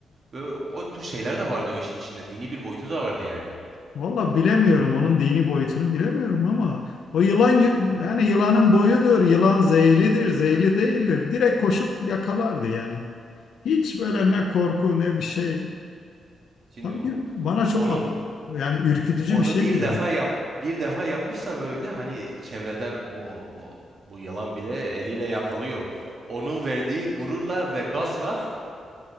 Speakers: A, on the right (about 55°); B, on the left (about 75°).
A: Ve o tür şeyler de vardı o işin içinde. Dini bir boyutu da vardı yani.
B: Valla bilemiyorum onun dini boyutunu bilemiyorum ama o yılan gü- yani yılanın boyudur, yılan zehirlidir, zehirli değildir. Direkt koşup yakalardı yani. Hiç böyle ne korku ne bir şey.
A: Şimdi
B: Tabii ki bana çok
A: onu
B: ap- yani ürkütücü
A: onu
B: bir şey
A: bir
B: geliyor.
A: defa yap bir defa yapmışsa böyle hani çevreden o bu bu yılan bile eliyle yakalıyor. Onun verdiği gururla ve gazla